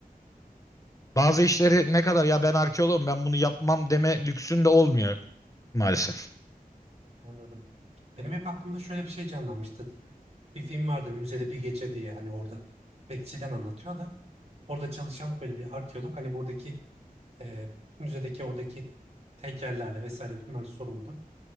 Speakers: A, on the left; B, on the right.
A: Bazı işleri ne kadar ya ben arkeologum ben bunu yapmam deme lüksün de olmuyor maalesef.
B: anladım. Benim hep aklımda şöyle bir şey canlanmıştı. bir film vardır müzede bir gece diye hani orada bekçiden anlatıyor da orada çalışan böyle bir arkeolog hani buradaki e, müzedeki oradaki heykellerle vesaire bunlar sorumlu.